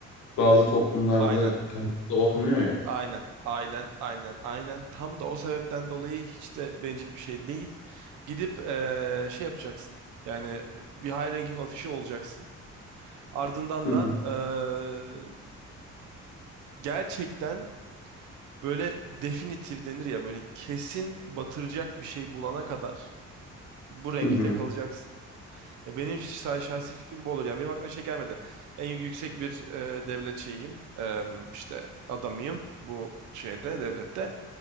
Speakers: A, on the left; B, on the right.
A: bazı toplumlarda
B: Aynen.
A: kayıtlı olmuyor ya.
B: Aynen, aynen, aynen, aynen. Tam da o sebepten dolayı hiç de bencil bir şey değil. Gidip eee, şey yapacaksın. Yani bir high ranking official olacaksın. Ardından
A: Hı
B: da
A: hı,
B: eee, gerçekten böyle definitif denir ya böyle kesin batıracak bir şey bulana kadar bu renkte
A: hı hı,
B: kalacaksın. Ya Benim şah- şahsi fikrim bu olur. Yani benim aklıma şey gelmedi. En yüksek bir e, devlet şeyiyim. E, işte adamıyım bu şeyde, devlette.